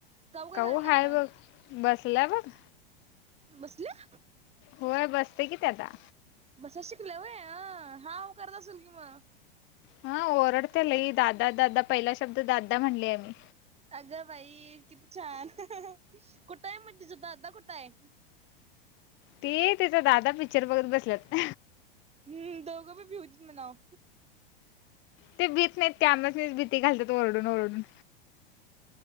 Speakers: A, on the right; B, on the left.
A: काय
B: काऊ
A: करायल्या
B: हाय
A: मग
B: बग बसला बग
A: बसल्या
B: होय बसत्या की ते आता
A: बसयला शिकल्या वय अं हाव करत असेल कि मग
B: हा ओरडते लई दादा दादा पहिला शब्द दादा म्हणली आहे नी
A: अगं बाई किती छान कुठं आहे म् तीज दादा कुठं आहे
B: ती तिचा दादा पिक्चर बघत बसल्यात
A: हम्म दोघो भी <inaudible> मनाव
B: ते भीत नाहीत ते आम्हाच नीच भीती घालत्यात ओरडून ओरडून